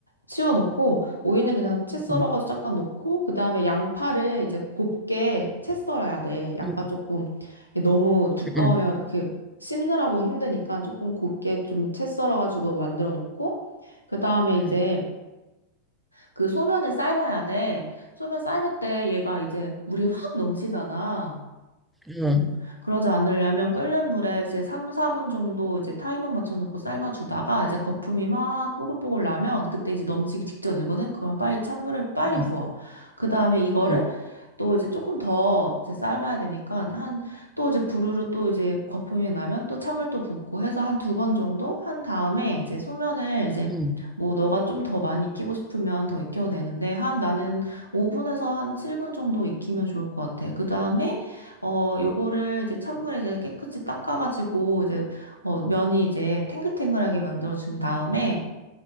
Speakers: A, on the left; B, in the centre.
A: 치워놓고 오이는 그냥 채 썰어가지고
B: 음,
A: 잠깐 놓고 그 다음에 양파를 이제 곱게 채 썰어야 돼. 양파
B: 음,
A: 조금 이게 너무 두꺼우면
B: 음,
A: 이렇게 씹느라고 힘드니까 조금 곱게 좀 채 썰어가지고 만들어 놓고 그 다음에 이제
B: 음,
A: 그 소면을 삶아야 돼. 소면 삶을 때 얘가 이제 물이 확 넘치잖아.
B: 음,
A: 응 그러지 않으려면 끓는 물에 이제 3, 4분 정도 이제 타이머 맞춰놓고 삶아주다가 이제 거품이 막 뽀글뽀글 나면 그때 이제 넘치기 직전이거든? 그럼 빨리 찬물을 빨리
B: 음,
A: 부어. 그 다음에 이거를
B: 음,
A: 또 이제 조금 더 이제 삶아야 되니까 한 또 이제 부르르 또 이제 거품이 나면 또 찬물 또 붓고 해서 한 두 번 정도 한 다음에 이제 소면을 이제
B: 음, 음,
A: 뭐 너가 좀 더 많이 익히고 싶으면 더 익혀도 되는데 한 나는 5분에서 한 7분 정도 익히면 좋을 것 같아. 그 다음에 어, 요거를 이제 찬물에 이제 깨끗이 닦아가지고 이제 어, 면이 이제 탱글탱글하게 만들어준 다음에